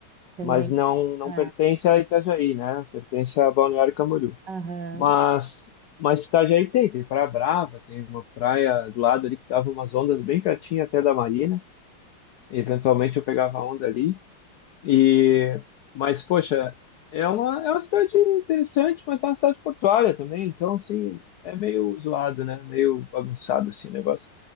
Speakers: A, on the right; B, on the left.
A: também.
B: Mas não, não
A: É,
B: pertence a Itajaí, né? Pertence a Balneário Camboriú.
A: aham,
B: Mas, mas Itajaí tem, tem Praia Brava, tem uma praia do lado ali que dava umas ondas bem pertinho até da marina. Eventualmente eu pegava onda ali. E, mas, poxa, é uma, é uma cidade interessante, mas é uma cidade portuária também. Então, assim, é meio zoado, né? Meio bagunçado assim, o negócio.